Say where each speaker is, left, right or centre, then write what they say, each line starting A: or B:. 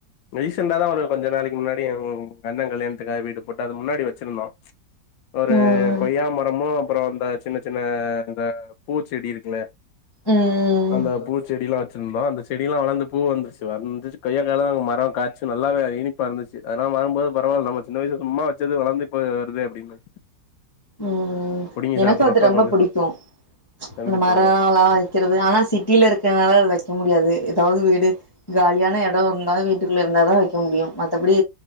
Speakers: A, on the left; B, on the left.
A: ரீசண்டாதா ஒரு கொஞ்ச நாளக்கி முன்னாடி ம் எங்கண்ண கல்யாணத்துக்காக வீடு போட்டு அது முன்னாடி வெச்சிருந்தோ ஒரு
B: ம் ம்
A: கொய்யா மரமு அப்பறோ அந்த சின்ன சின்ன இந்த பூசெடி இருக்குல
B: ம்
A: அந்த பூச் செடியெலா வச்சிருந்தோ அந்த செடியெல்லா வளந்து பூ வந்துருச்சு வந்து கொய்யாகாலா மரோ காச்சு நல்லாவே இனிப்பா இருந்துச்சு அதலா வரும்போது பராவல்ல நம்ம சின்ன வயசுக்கு சும்மா வச்சது வளர்ந்து இப்ப வருதே அப்டின்னு
B: ம்
A: புடுங்கி
B: எனக்கு
A: சாப்புட்றப்ப
B: அது ரொம்ப
A: கொஞ்சோ
B: புடிக்கு
A: கண்டிப்பாங்க
B: அந்த மரல்லா வைக்கிறது ஆனா சிட்டிலா இருக்கனால அது வைக்க முடியாது எதாவது வீடு காலியான எடோ இருந்தாலு வீட்டுக்குள்ள இருந்தா தா வைக்க முடியு மத்தபடி